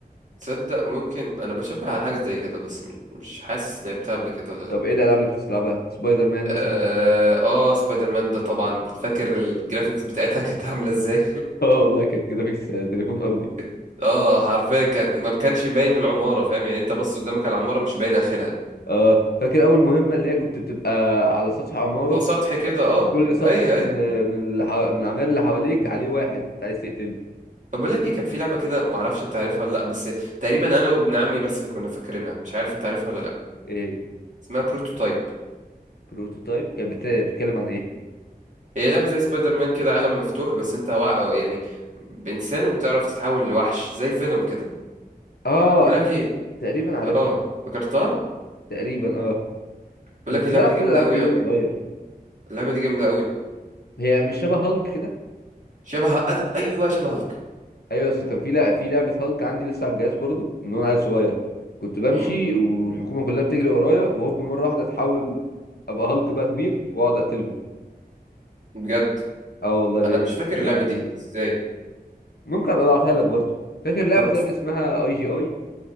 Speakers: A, on the right; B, on the left.
A: تصدق ممكن انا بشبه على حاجه زي كده بس مش مش حاسس لعبتها قبل كده ولا لا
B: طب ايه الالعاب اللي كنت بتلعبها سبايدر مان مثلا
A: اه آه، سبايدر مان ده طبعا فاكر الجرافيكس بتاعتها كانت عامله ازاي
B: <laughs> اه والله كانت جرافيكس آه، تليفون ارضي
A: <laughs> اه حرفيا كان ما كانش باين العماره فاهم يعني انت بص قدامك على العماره مش باين اخرها
B: اه فاكر اول مهمه اللي هي كنت بتبقى على سطح عماره
A: فوق سطح كده اه
B: وكل سطح
A: اي
B: من
A: اي
B: آه، من اللي حو- من العمال اللي حواليك عليه واحد أنت عايز تقتله
A: طب بقول لك ايه كان في لعبه كده ما اعرفش انت عارفها ولا لا بس تقريبا انا وابن عمي بس اللي كنا فاكرينها مش عارف انت عارفها ولا لا
B: ايه هي
A: اسمها بروتوتايب
B: بروتوتايب كانت بت- بتتكلم عن ايه
A: هي لعبة زي سبايدر مان كده عالم مفتوح بس انت وا... أو يعني بإنسان وبتعرف تتحول لوحش زي فينوم كده
B: اه
A: بقول لك ايه
B: تقريبا عارفها
A: اه فكرتها
B: تقريبا اه
A: بقول
B: انا
A: لك
B: كنت
A: إيه، اللعبة
B: بلعب
A: دي جامدة
B: كل الالعاب
A: قوي
B: دي
A: قوي
B: وانا صغير
A: اللعبة دي جامدة قوي
B: هي مش شبه هالك كده
A: شبه هل- ايوه شبه هالك
B: ايوه بس كان في لا في لعبه هالك عندي لسه على الجهاز برضو من وانا عيل صغير كنت بمشي
A: مم،
B: والحكومه كلها بتجري ورايا وهوب مره واحده اتحول ابقى هالك بقى كبير واقعد اقتلهم
A: بجد
B: اه والله دي
A: انا مش فاكر
B: كانت
A: اللعبة
B: العاب جميله
A: دي ازاي
B: ممكن ابقى ابعتها لك برضو فاكر لعبه
A: طب
B: طيب اسمها اي جي اي